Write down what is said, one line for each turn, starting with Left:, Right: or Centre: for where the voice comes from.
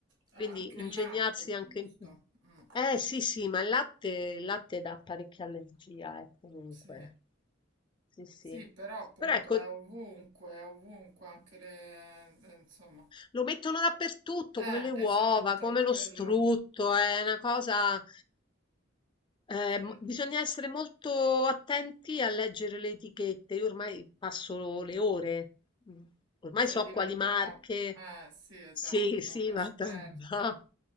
Right: anche
Left: Quindi
Right: il
Left: ingegnarsi
Right: latte, giusto?
Left: anche in questo.
Right: Mm,
Left: Eh sì, sì, ma il latte, il latte dà parecchia allergia, eh, comunque.
Right: sì.
Left: Sì, sì.
Right: Sì, però appunto
Left: Però ecco,
Right: è ovunque, è ovunque anche le... eh, insomma.
Left: lo mettono dappertutto,
Right: Eh,
Left: come le uova,
Right: esatto,
Left: come
Right: è
Left: lo
Right: quello.
Left: strutto, è una cosa. Ehm,
Right: Sì,
Left: bisogna essere molto attenti a leggere le etichette. Io ormai passo le ore. Mm. Ormai
Right: sei
Left: so
Right: diventata...
Left: quali marche.
Right: Eh, sì, esatto,
Left: Sì, sì,
Right: un'esperta.
Left: guarda, no.